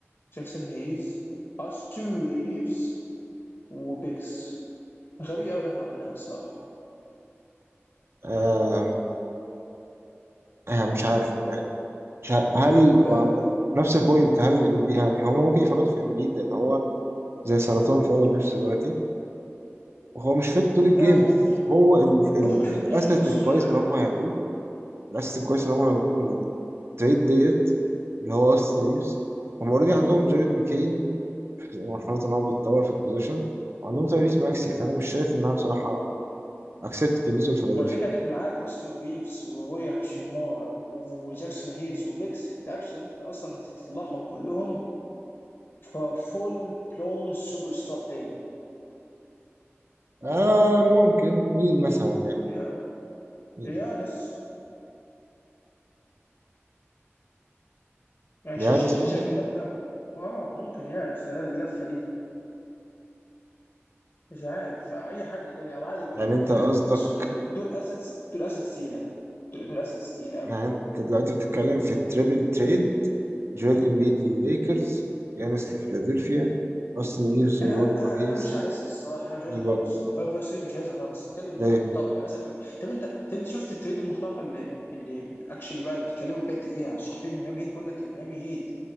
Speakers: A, on the left (about 65°); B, on the right (about 60°).
A: جاكسون هيز استو ريفز وبيكس غبية قوي اللي احنا عملناها الصراحه
B: آه. آه مش عارف يعني مش عارف. هل
A: لا
B: ما
A: لا
B: برضه نفس البوينت هل ام بي يعني هما ممكن يفرطوا في ام بي لان هو زي سرطان في اوضه اللبس دلوقتي وهو مش فيت طول الجيم
A: لا هو
B: بس هو ال ال
A: هو ممكن
B: الاسيت
A: ممكن يخلصوا
B: الكويس
A: منه عادي
B: اللي هم هياخدوه الاسيت الكويس اللي هم هياخدوه من التريد ديت اللي هو اوستن ريفز هم اوريدي عندهم جاريد ماكين مرحلة إن هو بيتطور في البوزيشن وعندهم تايريس ماكسي فأنا مش شايف إنها بصراحة أكسبت بالنسبة لفيلادلفيا
A: ما الفكره انك معاك اوستن ريفز ورويا هاشيمورا وجاكسون هيز وبيكس انت اكشلي ممكن اصلا تطلعهم كلهم ففول بلون سوبر ستار تاني
B: آه ممكن مين مثلا يعني
A: يا
B: مين
A: يا ناس يعني
B: يانس
A: شا- شا- شا-
B: مثلا
A: شايف اللفه اه ممكن يا ناس يعني بس أنا اللفه دي مش عارف فاي حد تاني او عادي بقى-
B: يعني
A: على
B: أنت
A: فكره
B: قصدك
A: أصل د- د- دول اسيتس دول اسيتس تقيله دول اسيتس تقيله
B: يعني أنت دلوقتي بتتكلم في التريبل تريد جويل إمبيد للليكرز يانس لفيلادلفيا أوستن ريفز
A: انا
B: وروني
A: انا انا
B: وهيز
A: أنا مش عايزها الصراحه انا مش عايزها
B: للباكس
A: خالص انا طالب فيها سيريز مش عايزها خالص بس هتكلم
B: ليه؟
A: دي مقترحه يعني مثلا طب انت طب انت شفت التريد المقترحه اللي اللي اكشلي بقى بيتكلموا بجد فيها الصحفيين من ميامي هيت بيقول لك الميامي هيت